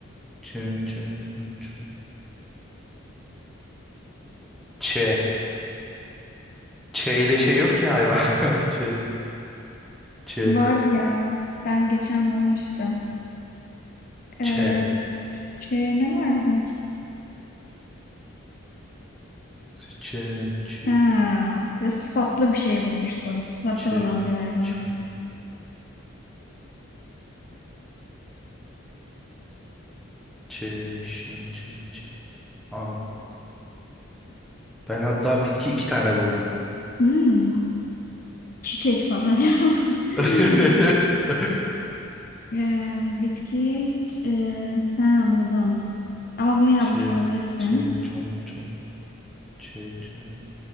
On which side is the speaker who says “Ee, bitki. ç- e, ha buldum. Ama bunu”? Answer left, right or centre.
Left